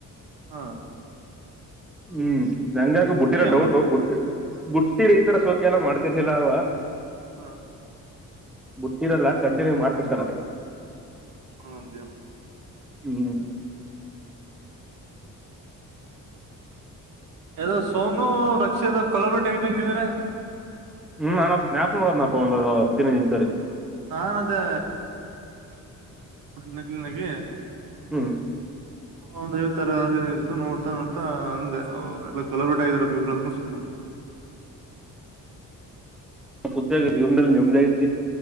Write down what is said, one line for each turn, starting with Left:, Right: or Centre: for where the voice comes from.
Right: ಹಾ
Centre: ಹ್ಮ್ ನಂಗಕ ಬುಟ್ಟಿರೋ
Right: ಈಗ
Centre: ಡೌಟು
Right: ಮಾಡ್ತಾಳ
Centre: ಬಟ್ಟ ಟ್ಟೀ ಈ ತರ ಸೌಕ್ಯ ಎಲ್ಲ ಮಾಡ್ತರ್ಲಿಲ್ಲ ಅವ
Right: ಹ
Centre: ಬಟ್ಟಿರಲ್ಲ ಕಂಟಿನ್ಯೂ ಮಾಡ್ತಿರ್ತಾನ
Right: ಹಾ ಅಂತೆಯ
Centre: ಹ್ಮ್
Right: ಯದೋ ಸೋನು ರಕ್ಷ ಕೊಲಬಟ್ಟೆ ಆಗಿದ್ದಂಗಿದ್ರ
Centre: ಹ್ಮ್ ನಾನ ಸ್ಾಪ ನೋಡದನಪ್ಪ ಒಂದ ಹತ್ತಿನ ನಿಂಚರಿ
Right: ನಾನ್ ಅದೇ ನಕ್ಲಿ ನಗೆ
Centre: ಹ್ಮ್
Right: ಒಂದ್ ಐವತ್ತ ತರದು ನೋಡ್ತಾ ನೋಡ್ತಾ ಅಂದೆ ಎಲ್ಲ ಕೊಲರ್ ಬಿಟ್ಟ್ರ ವಿವ್ರಾನಗಷಲ್
Centre: ಪತ್ ಇವನಲ್ಲಿ ನಿಮ್ದಾಗಿದ್ರರಿ